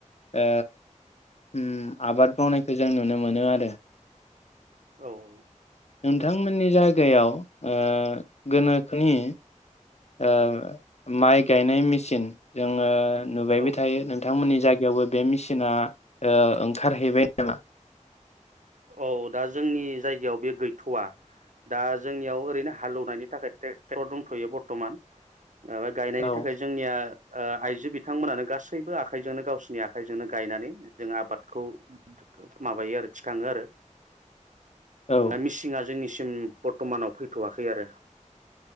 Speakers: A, on the left; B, on the right.
A: ओ उम आबाद मावनायखौ जों नुनो मोनो आरो।
B: औ औ
A: नोंथांमोननि जायगायाव ओ गोनोखोनि ओ माइ गायनाय मेसिन जोङो नुबायबो
B: औ
A: थायो नोंथांमोननि जाय गायावबो बे मेसिना ओ ओंखारहैबाय नामा?
B: औ दा जोंनि जायगायाव बे गैथवा दा जोंनियाव ओरैनो हालौवनायनि थाखाय ट्रेक्टर दंथयो बरतमान। माबा गायनायनि
A: औ
B: थाखाय जोंनिया ओ आइजो बिथांमोनानो गासैबो आखाइजोंनो गावसोरनि आखाइजोंनो गायनानै जों आबादखौ माबायो आरोखि <unintelligible> आरो
A: औ
B: दा मिसिंआ जोंनिसि थिं बरतमानाव फैथवाखै आरो।